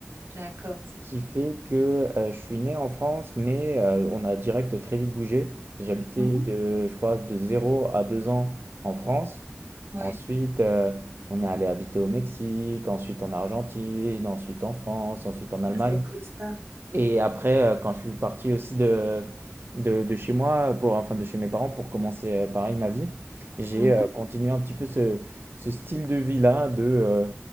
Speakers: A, on the right (about 80°); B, on the right (about 60°).
A: D'accord.
B: Ce qui fait que euh, je suis né en France, mais euh, on a direct très vite bougé. J'habitais
A: Mhm.
B: de, je crois, de zéro à 2 ans en France.
A: Ouais.
B: Ensuite, euh, on est allé habiter au Mexique, ensuite en Argentine, ensuite en France, ensuite en Allemagne.
A: Ah, C'est cool, ça.
B: Et après, euh, quand je suis parti aussi de, de, de chez moi, pour, enfin de chez mes parents, pour commencer euh, pareil ma vie, j'ai
A: Mhm.
B: euh, continué un petit peu ce, ce style de vie-là, de euh,